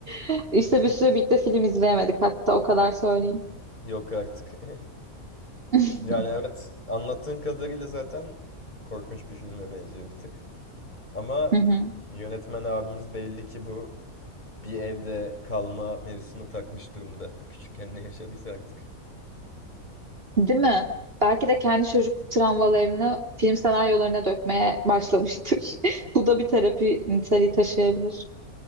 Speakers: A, on the right; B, on the left.
A: <laughs> İşte
B: <laughs>
A: bir süre birlikte film izleyemedik hatta o kadar söyleyeyim.
B: Yok artık. <laughs>
A: <laughs>
B: Yani evet, anlattığın kadarıyla zaten korkunç bir filme benziyor bir tık. Ama
A: Hı hı.
B: yönetmen abimiz belli ki bu bir evde kalma mevzusunu takmış durumda. Küçükken ne yaşadıysa artık.
A: Değil mi? Belki de kendi çocuk travmalarını film senaryolarına dökmeye başlamıştır. <laughs> Bu da bir terapi niteliği taşıyabilir.